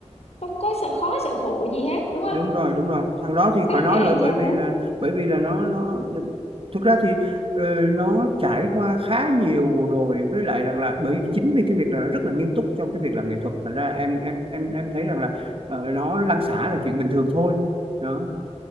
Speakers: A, on the left; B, on the right.
A: không có sợ khó sợ khổ gì hết đúng không
B: đúng rồi đúng rồi
A: cũng
B: thằng đó thì
A: khá
B: phải nói
A: nể anh
B: rồi bởi
A: chàng
B: vì
A: đấy
B: là bởi vì là nó nó thực ra thì ờ, nó trải qua khá nhiều rồi với lại rằng là bởi vì chính vì cái việc là nó rất là nghiêm túc trong cái việc làm nghệ thuật thành ra em em em em thấy rằng là ờ, nó lăn xả là chuyện bình thường thôi đó